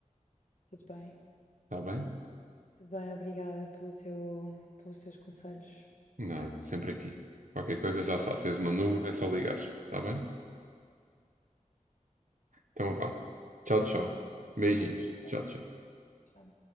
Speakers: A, on the left; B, on the right.
A: Tudo bem.
B: Está bem?
A: Tudo bem, obrigada pelo teu, pelos teus conselhos.
B: nada sempre aqui. Qualquer coisa já sabes, tens o meu número, é só ligares. Está bem? Então vá. Tchau, tchau.
A: Beijo.
B: Beijinhos.
A: Tchau, obrigada.
B: Tchau, tchau.
A: Tchau.